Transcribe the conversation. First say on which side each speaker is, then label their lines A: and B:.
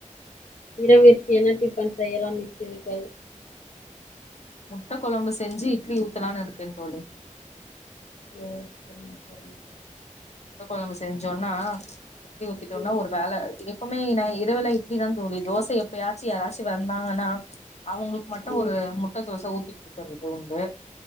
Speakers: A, on the left; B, on the left.
A: இரவிற்க்கு என்ன டிஃபன் செய்யலானு இருக்கிறீர்கள்
B: முட்டக் கொழம்பு செஞ்சு இட்லி ஊத்தலானு இருக்கே தோழி
A: ஓ செரிங்க செரிங்க
B: முட்ட கொழம்பு செஞ்சோன்ன இட்லி ஊத்திட்டோனா
A: ம்
B: ஒரு வேல எ எப்போமே நா இரவுல இட்லி தா தோழி தோச எப்பயாச்சு யாராச்சு வந்தாங்கனா அவுங்களுக்கு மட்டு
A: ம்
B: ஒரு முட்ட தோச ஊத்தி் குடுக்குறதுக்கு உண்டு